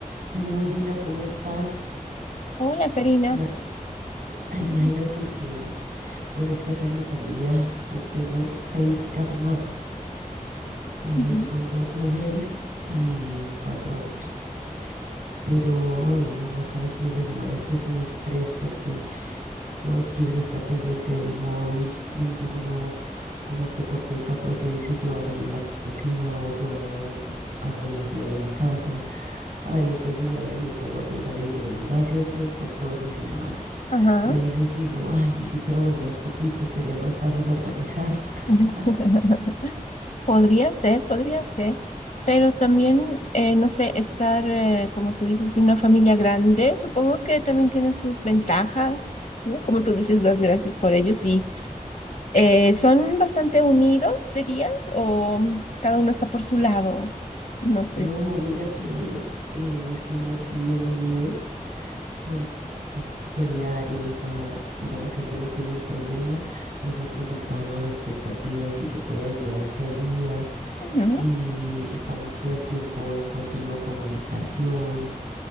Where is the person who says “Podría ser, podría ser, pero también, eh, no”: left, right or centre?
Left